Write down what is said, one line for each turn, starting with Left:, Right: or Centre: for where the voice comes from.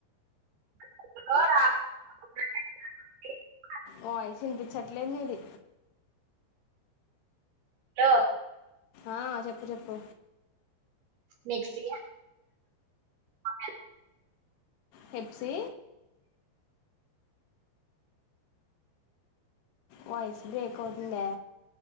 Right: <inaudible>
Left: వాయిస్ వినిపించట్లేదు నిది
Right: హా ల్లో
Left: ఆ చెప్పు చెప్పు
Right: నెక్స్ట్ ఇయర్ <inaudible>
Left: హెప్ సి వాయిస్ బ్రేక్ అవుతుందే